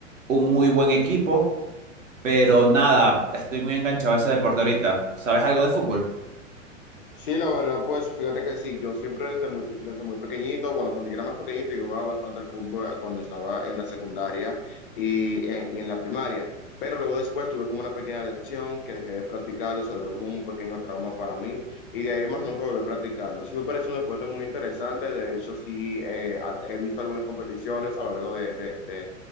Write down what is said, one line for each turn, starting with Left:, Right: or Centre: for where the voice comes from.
Right: Un muy buen equipo, pero nada, estoy muy enganchado a ese deporte ahorita. ¿Sabes algo de fútbol?
Left: Sí, la verdad, pues fíjate que sí, yo siempre desde muy, pe- desde muy pequeñito, bueno, cuando yo era más pequeñito, yo jugaba bastante al fútbol eh, cuando estaba en la secundaria y, eh, y en la primaria, pero luego después tuve como una pequeña lección que dejé de practicarlo, se volvió como un pequeño trauma para mí y de ahí más nunca volví a practicarlo. Sí me parece un deporte muy interesante, de hecho sí eh, a- he visto algunas competiciones a lo largo de, de- de-